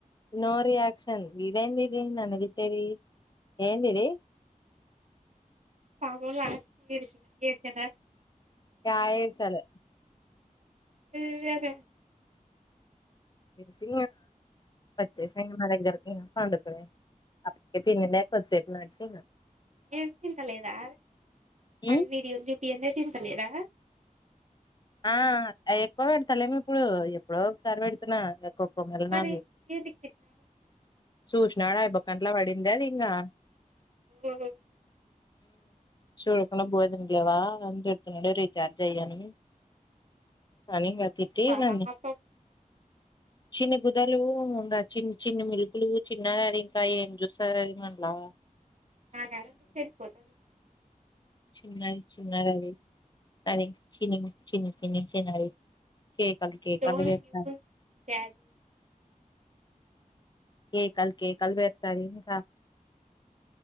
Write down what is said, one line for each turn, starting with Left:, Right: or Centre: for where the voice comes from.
Left: నో రియాక్షన్ వీడైంది ఇది న అదితేరి ఏందిది
Right: పాప అ అడిచద
Left: య చాల
Right: అ లేర
Left: సి పచ్చే సిమాగ పాండప బక సట్న్నాడు
Right: ఎం తింటా లేదా
Left: మ్మ్
Right: ఆ విీడియో లిపఎన్లే తింటాలేదా
Left: ఆ ఎక్కువ పెడతలేేమిో ఇప్పుడు ఎప్పుడో ఒకసారి పెడుతున్నా గప్ప మలనాది
Right: మరి ఏంటికి తిట్టినారు
Left: సూచనాడు యాబ గంటల పడింది అది ఇంకా
Right: ఓ
Left: చూడకుండా పోదంలేవా అ తిడుతున్నాడు రీచార్జ్ అయ్యాను కానీ కతి
Right: పాపం
Left: అన్ని చిన్ని బుదలు ఇంకా చి చిన్ని మిలుపులు చిన్న అది ఇంకా ఏం చూస్తారు అది మనలా
Right: నా గరంటే చెడికిపోతుంది కూడాదా
Left: చన చ చినయి అ చిని చిని చిని చనయి కే కలు కే
Right: డోంట్
Left: కలు వేా
Right: యూస్ బ్యాడ్ వర్డ్స్
Left: ఏయ కల్ కేే కల్వేర్తారద